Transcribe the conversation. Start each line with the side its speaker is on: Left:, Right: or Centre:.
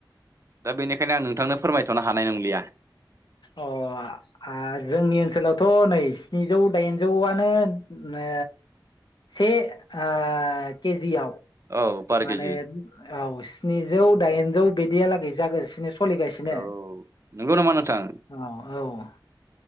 Right: दा बेनिखायनो आं नोंथांनो फोरमायथ'नो हानाय नंलिया
Left: अ आ जोंनि ओनसोलावथ' नै स्निजौ दाइनजौवानो ओ से ओ केजियाव।
Right: औ फार
Left: माने
Right: केजि
Left: औ स्निजौ दाइनजौ बिदियालागै जागोनस दिनो सोलिगासिनो
Right: औ नंगौ नामा नोंथां
Left: औ औ